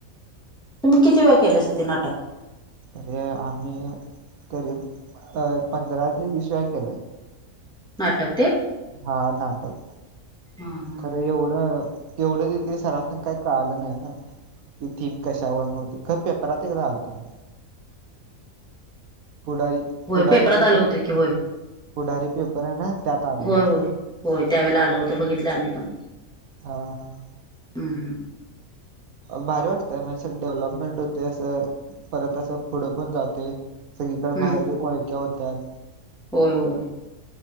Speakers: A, in the centre; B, on the right.
A: तुम्ही किती वेळ अस ते, नाटक?
B: तरी आम्ही, तरी अ पंधरा ते वीस वेळा केलय.
A: नाटक, ते!
B: हा, नाटक.
A: हा हा
B: खरं,
A: ह
B: एवढं. एवढं ते सरस न काही कळालं नाही ना. कि थीम कशावर नव्हती. ख पेपरात एकदा आलतं. पुढारी-
A: होय
B: पुढारी
A: पेपरात
B: पेपर
A: आलं होतं
B: हाय,
A: की होय
B: पुढारी पेपर आहे ना. त्यात आलेलं
A: होय- होय. होय. त्यावेेळेला आलं होतं. बघितलं आम्ही पण.
B: हा.
A: अहं.
B: भारी वाटतेय. म्हणजे असं डेव्हलपमेंट होते. असं, परत असं पुढं पण जाते. सगळीकडे
A: हम्म
B: बाहेर ही ओळख्या होत्यात.
A: होय, होय.